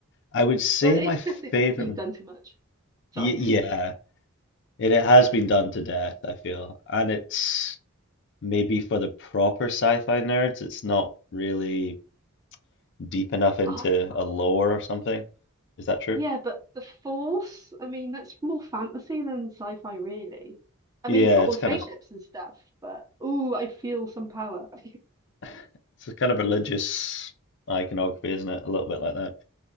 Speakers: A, on the left; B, on the right.
A: I would say
B: Well, it's
A: my
B: just it's
A: favorite,
B: been
A: m-
B: done too much. Sorry.
A: y yeah, it, it has been done to death, I feel. And it's maybe for the proper sci-fi nerds, it's not really. deep enough into
B: <laughs>
A: a lore or something. Is that true?
B: Yeah, but the Force, I mean, that's more fantasy than sci-fi, really. I
A: Yeah,
B: mean, it's got
A: it's
B: all the
A: kind
B: spaceships
A: of
B: and stuff, but ooh, I feel some power. <laughs>
A: <sighs> it's a kind of religious iconography, isn't it? A little bit like that.